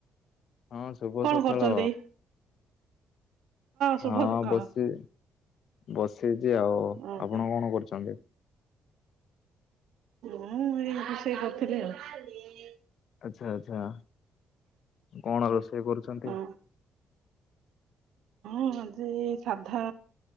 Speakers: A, on the left (about 65°); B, on the right (about 80°).
A: ହଁ ଶୁଭସକାଳ।
B: କଣ କରୁଛନ୍ତି? ଶୁଭ
A: ହଁ
B: ସକାଳ।
A: ବସି ବସିଚି ଆଉ ଆପଣ
B: ଓହୋ
A: କଣ କରୁଛନ୍ତି।
B: ମୁଁ ଏଇ ରୋଷେଇ କରୁଥିଲି ଆଉ।
A: ଆଛା ଆଛା କଣ ରୋଷେଇ କରୁଛନ୍ତି?
B: ହଁ ଉମ‌ ଆଜି ସାଧା